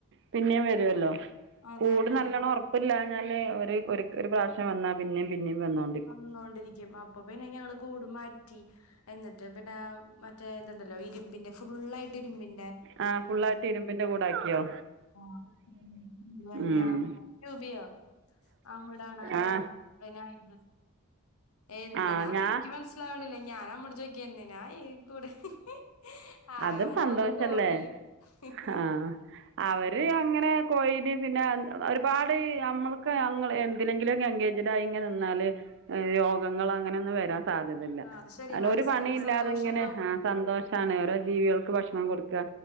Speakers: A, on the right; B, on the left.
A: പിന്നെയും വരുവല്ലോ
B: അതന്നെ
A: കൂട് നല്ലോണം
B: പിന്നെ
A: ഉറപ്പില്ലാഞ്ഞാ ളെ ഒരു പ്രാവശ്യം വന്നാൽ പിന്നെ പിന്നേം വന്നോളു
B: വന്നോണ്ടിരിക്കും അപ്പൊ പിന്നെ ഞങ്ങള് കൂടു മാറ്റ റ്റി എന്നിട്ട് പിന്നെ മറ്റേ ത്ണ്ടല്ലോ ഇരുമ്പിന്റെ ഫുള്ളായിട്ട് ഇരുമ്പിൻ
A: ആ ഫുള്ളായിട്ട് ഇരുമ്പിന്റെ കൂടാക്കിയോ
B: ആ <unintelligible>
A: ഉം
B: ആ അവിടാണ്
A: ആഹ്
B: ആ പിന്നയ്ൻറ എന്തിനാ
A: ആഹ് ഞാ
B: എനിക്ക് മനസ്സിലാവണില്ല ഞാനമ്മോട് ചോയ്ക്ക എന്തിനാ ഈ കൂട് ഹ് ആകെ
A: അതൊരു
B: മൂന്ന്
A: സന്തോഷല്ലേ
B: കോഴിം ഹ് ഹ്
A: ആഹ് അവര് അങ്ങനെ കോഴിടിം പിന്നെ ഒരുപാട് നമ്മള്ക്ക് അങ്ങനെ എന്തിലെങ്കിലുക്കെ എങ്കേജ് ടായി നിന്നാല് രോഗങ്ങൾ അങ്ങനെ ഒന്നും വരാൻ സാധ്യത ഇല്ല
B: ആ അത് ശരിയാ മനസ്സിനൊരു
A: ഒരു പണി ഇല്ലാതെ
B: സന്തോഷം
A: ഇങ്ങനെ
B: ഉണ്ടാവും
A: ആ സന്തോഷമാണ് ഓരോ ജീവികൾക്ക് ഭക്ഷണം കൊടുക്ക